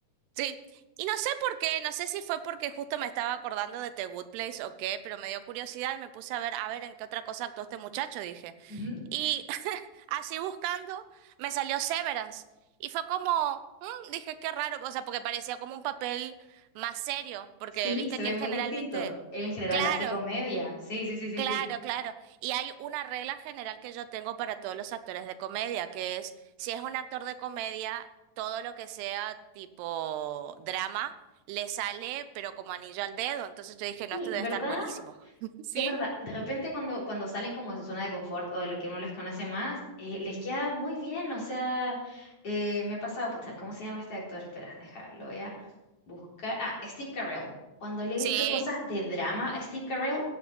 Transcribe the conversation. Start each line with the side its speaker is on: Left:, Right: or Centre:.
Right: Sí, y no sé por qué, no sé si fue porque justo me estaba acordando de The Good Place o qué, pero me dio curiosidad y me puse a ver, a ver en qué otra cosa actuó este muchacho, dije.
Left: Ujú.
Right: Y <laughs> así buscando, me salió Severance. Y fue como, "Mm", dije, qué raro, o sea, porque parecía como un papel más serio, porque
Left: Sí,
Right: viste
Left: se ve
Right: que él
Left: muy
Right: generalmente,
Left: distinto. Él en general
Right: claro,
Left: hace comedia. Sí, sí, sí, sí,
Right: Claro,
Left: sí.
Right: claro. Y hay una regla general que yo tengo para todos los actores de comedia, que es, si es un actor de comedia, todo lo que sea tipo drama le sale, pero como anillo al dedo. Entonces yo dije, no,
Left: Sí,
Right: esto debe
Left: ¿Verdad?
Right: estar buenísimo. <laughs> ¿Sí?
Left: Es verdad. De repente cuando, cuando salen como de su zona de confort o de lo que uno les conoce más, eh, les queda muy bien. O sea, eh, me ha pasado, pucha, ¿cómo se llama este actor? Espera, deja, lo voy a buscar. Ah, Steve Carell. Cuando le he
Right: Sí,
Left: visto cosas de drama a Steve Carell,